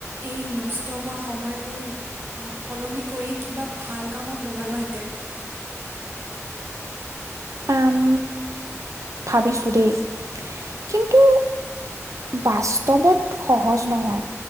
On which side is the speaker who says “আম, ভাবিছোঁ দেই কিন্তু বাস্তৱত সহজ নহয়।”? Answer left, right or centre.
Right